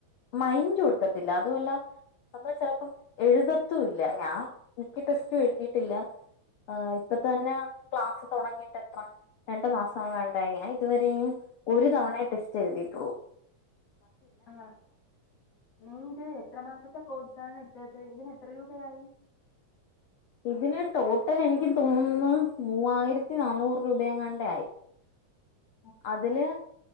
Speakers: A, on the left (about 85°); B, on the left (about 60°).
A: മൈന്റ് കൊടുക്കത്തില്ല അതുവല്ലാ നമ്മള് ചെലപ്പം എഴുതത്തൂല്ല ഞാൻ മിക്ക ടെസ്റ്റും എഴുതിയിട്ടില്ല. ആഹ് ഇപ്പ തന്നെ ക്ലാസ് തുടങ്ങിട്ട് എത്ര രണ്ടു മാസം എങ്ങാണ്ടായി ഞാൻ ഇതുവരേയും ഒരു തവണേ ടെസ്റ്റ് എഴുതീട്ടൊള്ളൂ.
B: ആഹ് നീ ഇത് എത്ര മാസത്തെ കോഴ് സാണ് എടുത്തത് ഇതിന് എത്ര രൂപയായി?
A: ഇതിന് ടോട്ടൽ എനിക്ക് തോന്നുന്നു മൂവായിരത്തി നന്നൂറ് രൂപയെങ്ങാട്ടാ യി
B: ആ
A: അതില്